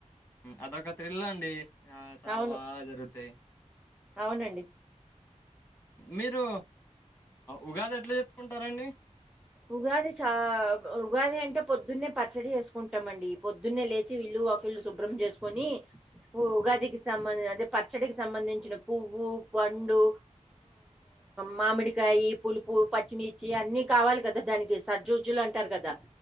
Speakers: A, on the left; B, in the centre.
A: అదొక తథ్రిల్ అండి ఆ చాలా
B: అవును.
A: బాగా జరుగుతాయి
B: అవునండి
A: మీరు ఉగాది ఎట్లా చెప్పుకుంటారంండి
B: ఉగాది చ ఉగాది అంటే పొద్దున్నే పచ్చడి చేసుకుంటామండి పొద్దున్నే లేచి వీల్లుు వాకిళ్లు శుభ్రం చేసుకొని ఉగాదికి సంబంధించ అదే పచ్చడికి సంబంధించిన పువ్ ండు మామిడికాయ పులుపు పచ్చిమిర్చి అన్ని కావాలి కదా దానికి సర్జూజులు అంటార్ కదా